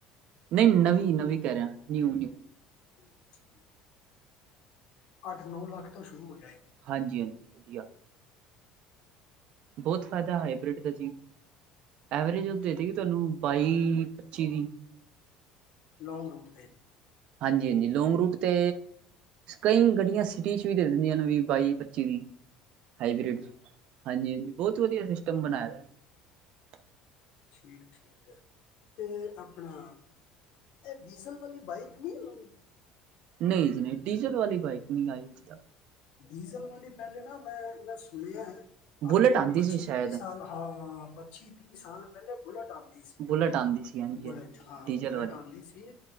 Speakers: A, on the right; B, on the left.
A: ਨਹੀਂ ਨਵੀਂ ਨਵੀਂ ਕੈ ਰਿਆ, ਨਿਊ ਨਿਊ।
B: <unintelligible> ਅੱਠ ਨੌ ਲੱਖ ਤੋਂ ਸ਼ੁਰੂ ਹੋ ਜੇ
A: ਹਾਂਜੀ ਹਾਂਜੀ, ਵਧੀਆ। ਬੌਤ ਫੈਦਾ ਹਾਈਬ੍ਰਿਡ ਦਾ ਜੀ, ਐਵਰੇਜ ਔ ਦੇਦੇ ਗੀ ਤੁਹਾਨੂੰ ਬਾਈ ਪੱਚੀ ਦੀ
B: ਲੌਂਗ ਰੂਟ ਤੇ,
A: ਹਾਂਜੀ ਹਾਂਜੀ, ਲੋਂਂਗ ਰੂਟ ਤੇ ਕਈ ਗੱਡੀਆਂ ਸਿਟੀ ਚ ਵੀ ਦੇ ਦਿੰਦੀਆਂ ਨੇ ਵੀ ਬਾਈ ਪੱਚੀ ਦੀ ਹਾਈਬ੍ਰਿਡ ਹਾਂਜੀ ਹਾਂ ਬਹੁਤ ਵਧੀਆ ਸਿਸਟਮ ਬਣਾਇਆ। <unintelligible>
B: ਠੀਕ ਐ ਠੀਕ ਐ, ਤੇ ਆਪਣਾ ਇਹ ਡੀਜ਼ਲ ਵਾਲੀ ਬਾਈਕ ਨੀ ਆਂਦੀ
A: ਨਹੀਂ ਨਹੀਂ, ਡੀਜ਼ਲ ਵਾਲੀ ਬਾਈਕ ਨਹੀਂ ਆਈ ਜੀ,
B: ਡੀਜ਼ਲ ਵਾਲੀ ਪਹਿਲੇ ਨਾ ਮੈਂ-ਮੈਂ ਸੁਣਿਆ ਐ। ਆਹ
A: ਬੁਲੇਟ
B: ਤੂੰ
A: ਆਂਦੀ
B: ਪੱਚੀ
A: ਸੀ ਸ਼ਾਇਦ
B: ਤੀਹ ਸਾਲ ਹਾਂ ਪੱਚੀ ਤੀਹ ਸਾਲ ਪਹਿਲੇ ਬੁਲੇਟ ਆਂਦੀ ਸੀ
A: ਬੁਲੇਟ ਆਂਦੀ ਹਾਂਜੀ
B: ਬੁਲੇਟ
A: ਹਾਂਜੀ
B: ਹਾਂ
A: ਡੀਜ਼ਲ
B: ਬੁਲੇਟ
A: ਵਾਲੀ
B: ਆਦੀ ਸੀ,